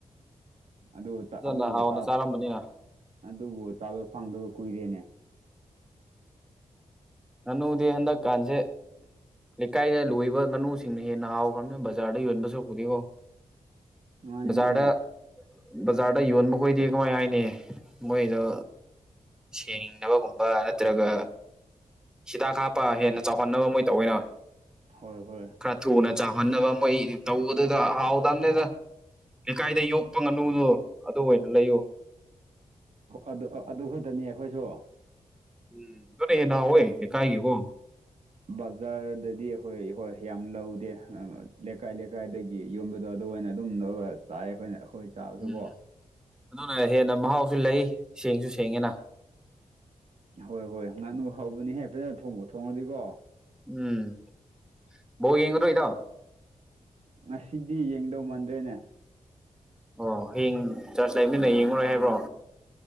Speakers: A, on the right; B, in the centre.
A: ꯑꯗꯨꯕꯨ ꯆꯥ
B: ꯐꯖꯅ
A: ꯑꯗꯨꯕꯨ
B: ꯍꯥꯎꯅ
A: ꯆꯥ
B: ꯆꯥꯔꯝꯕꯅꯤꯅ
A: ꯑꯗꯨꯕꯨ ꯆꯥꯕ ꯐꯪꯗꯕ ꯀꯨꯏꯔꯦꯅꯦ
B: ꯉꯅꯨꯗꯤ ꯍꯟꯗꯛ ꯀꯥꯟꯖꯦ ꯂꯩꯀꯥꯏꯗ ꯂꯣꯏꯕ ꯉꯥꯅꯨꯁꯤꯡꯅ ꯍꯦꯟꯅ ꯍꯥꯎꯈ꯭ꯔꯝꯅꯦ ꯕꯖꯥꯔꯗ ꯌꯣꯟꯕ ꯁꯔꯨꯛꯄꯨꯗꯤꯀꯣ
A: ꯃꯥꯅꯦ
B: ꯕꯖꯥꯔꯗ
A: ꯃꯥꯅꯦ
B: ꯕꯖꯥꯔꯗ ꯌꯣꯟꯕ ꯈꯣꯏꯗꯤ ꯀꯃꯥꯏ ꯍꯥꯏꯅꯤ ꯃꯣꯏꯗꯣ ꯁꯦꯡꯅꯕꯒꯨꯝꯕ ꯅꯠꯇ꯭ꯔꯒ ꯍꯤꯗꯥꯛ ꯍꯥꯞꯄ ꯍꯦꯟꯅ ꯆꯥꯎꯍꯟꯅꯕ ꯃꯣꯏ ꯇꯧꯑꯣꯏꯅ
A: ꯍꯣꯏ ꯍꯣꯏ
B: ꯊꯨꯅ ꯆꯥꯎꯍꯟꯅꯕ ꯃꯣꯏ ꯇꯧꯕꯗꯨꯗ ꯍꯥꯎꯗꯝꯅꯦꯗ ꯂꯩꯀꯥꯏꯗ ꯌꯣꯛꯄ ꯉꯥꯅꯨꯗꯣ ꯑꯗꯨ ꯑꯣꯏꯅ ꯂꯩꯌꯨ
A: ꯑꯗꯨ ꯑꯗꯨ ꯈꯛꯇꯅꯤ ꯑꯩꯈꯣꯏꯁꯨ
B: ꯎꯝ ꯗꯨꯅ ꯍꯦꯟꯅ ꯍꯥꯎꯋꯦ ꯂꯩꯀꯥꯏꯒꯤ ꯀꯣ
A: ꯕꯖꯥꯔꯗꯗꯤ ꯑꯩꯈꯣꯏ ꯍꯣꯏ ꯌꯥꯝ ꯂꯧꯗꯦ ꯂꯩꯀꯥꯏ ꯂꯩꯀꯥꯏꯗꯒꯤ ꯌꯣꯟꯕꯗꯣ ꯑꯗꯨ ꯑꯣꯏꯅ ꯑꯗꯨꯝ ꯂꯧꯔꯒ ꯆꯥꯏ ꯑꯩꯈꯣꯏꯅ ꯑꯩꯈꯣꯏ꯫ ꯆꯥꯕꯁꯨꯀꯣ
B: ꯎꯝ ꯎꯝ ꯑꯗꯨꯅ ꯍꯦꯟꯅ ꯃꯍꯥꯎꯁꯨ ꯂꯩ ꯁꯦꯡꯁꯨ ꯁꯦꯡꯉꯦꯅ꯫
A: ꯍꯣꯏ ꯍꯣꯏ ꯉꯥꯡꯅꯨ ꯍꯧꯕꯅꯤꯍꯦ ꯐꯖꯅ ꯊꯣꯡꯕꯨ ꯊꯣꯡꯉꯗꯤꯀꯣ꯫
B: ꯎꯝ ꯕꯣꯜ ꯌꯦꯡꯒꯗꯔꯣ ꯏꯇꯥꯎ꯫
A: ꯉꯁꯤꯗꯤ ꯌꯦꯡꯗꯧ ꯃꯥꯟꯗ꯭ꯔꯦꯅꯦ꯫
B: ꯑꯣ ꯍꯌꯦꯡ ꯆꯥꯔꯖ ꯂꯩꯕꯅꯤꯅ ꯌꯦꯡꯉꯔꯣꯏ ꯍꯥꯏꯕ꯭ꯔꯣ꯫